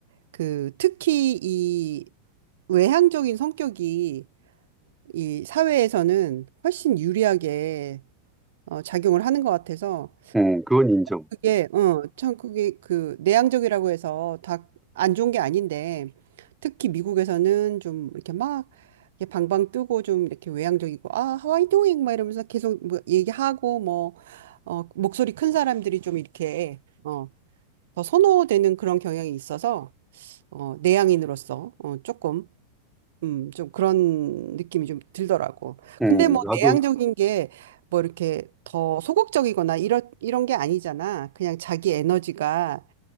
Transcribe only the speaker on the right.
그 특히 이 외향적인 성격이 이 사회에서는 훨씬 유리하게 어, 작용을 하는 것 같아서
그게 어, 참 그게 그 내향적이라고 해서 다 안 좋은 게 아닌데 특히 미국에서는 좀 이렇게 막 이렇게 방방 뜨고 좀 이렇게 외향적이고 아 하와이 도잉 막 이러면서 계속 뭐 얘기하고 뭐 어, 목소리 큰 사람들이 좀 이렇게 어, 더 선호되는 그런 경향이 있어서 어, 내향인으로서 어, 조금 음, 좀 그런 느낌이 좀 들더라고.
근데 뭐
내향적인 게 뭐 이렇게 더 소극적이거나 이런 이런 게 아니잖아. 그냥 자기 에너지가